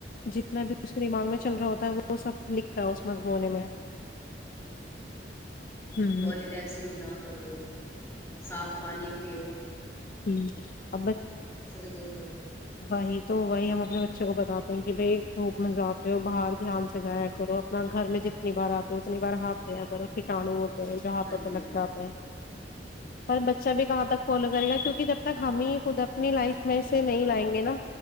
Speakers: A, on the left (about 50°); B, on the left (about 15°).
A: جتنا بھی اس کے دماغ میں چل رہا ہوتا ہے وہ سب لکھتا ہے اس مضمونے میں ہوں
B: پالی بگس یوز نہ کرو صاف پانی جیو
A: ہ ا ب
B: دور رہو
A: وہی تو وہی ہم اپنے بچوں کو بتاتے ہیں کہ بھائی دھوپ من جاتے ہو باہر دھیان سے جایا کرو اپنا گھر میں جتنی بار آتے ہو اتنی بار ہاتھ دھیا کرو کیٹاو ہو جاں
B: ہاں
A: تووں پہ
B: جی
A: لگ جاتے ہیں پر بچہ بھی کہاں تک فالو کرے گا کیوںک کہ جب تک ہم ہی خود اپنی لائف میں سے نہیں لائیں گے نا